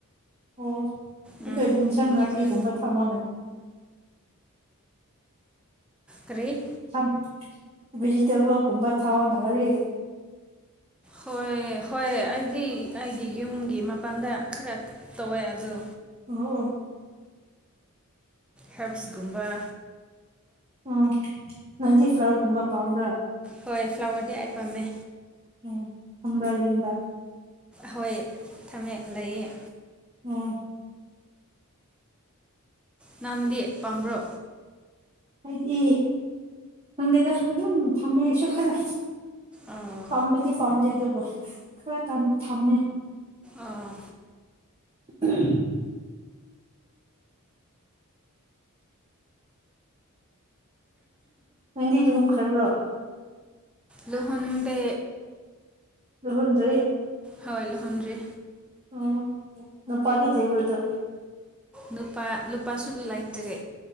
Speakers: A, on the right; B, in the centre.
A: ꯑꯣ
B: ꯎꯝ
A: ꯑꯗꯣ ꯏꯟꯁꯥꯡ ꯅꯥꯄꯤꯒꯨꯝꯕ
B: ꯌꯥꯝꯅ
A: ꯊꯝꯃꯣꯅ
B: ꯇꯔꯤ
A: ꯊ ꯦꯖꯤꯇꯦꯕꯜꯒꯨꯝꯕ ꯊꯋꯥꯣ ꯅꯒꯔꯤ
B: ꯍꯣꯏ ꯍꯣꯏ ꯑꯩꯗꯤ ꯑꯩꯒꯤ ꯌꯨꯝꯒꯤ ꯃꯄꯥꯟꯗ ꯈꯔ ꯇꯧꯋꯦ ꯑꯣ
A: ꯑꯣ
B: ꯍꯦꯜꯞꯁꯒꯨꯝꯕ
A: ꯎ ꯅꯟꯗꯤ ꯐ꯭ꯂꯔꯒꯨꯝꯕ ꯄꯥꯝꯕ꯭ꯔꯥ
B: ꯍꯣꯏ ꯐ꯭ꯂꯥꯋꯔꯗꯤ ꯑꯩ ꯄꯥꯝꯃꯦ
A: ꯎꯝ ꯊꯝꯕꯥꯏꯗ
B: ꯍꯣꯏ ꯊꯝꯃꯦ ꯂꯩꯌꯦ
A: ꯑꯣ
B: ꯅꯗꯤ ꯄꯥꯝꯕ꯭ꯔꯣ
A: ꯍꯥꯏꯗꯤ ꯈꯪꯗꯦꯗ ꯈꯣ ꯊꯝꯃꯦꯁ ꯈꯂ
B: ꯑꯣ
A: ꯄꯥꯝꯕꯗꯤ ꯄꯥꯝꯗꯦ ꯑꯗꯨꯕꯨ ꯈꯔ ꯊꯝꯃꯦ
B: ꯑꯣ
A: ꯎꯝ ꯅꯦꯟꯗꯤ ꯂꯨꯍꯣꯡꯈ꯭ꯔꯕ꯭ꯔꯣ
B: ꯂꯨꯍꯟꯗꯦ
A: ꯑꯍꯟꯔꯤ
B: ꯍꯣꯏ ꯂꯨꯍꯟꯔꯤ
A: ꯎ ꯅꯨꯄꯥꯗꯤ ꯂꯩ ꯎꯔꯗ
B: ꯅꯨꯄꯥ ꯂꯨꯄꯥꯁꯨ ꯂꯩꯥꯏꯇꯔꯦ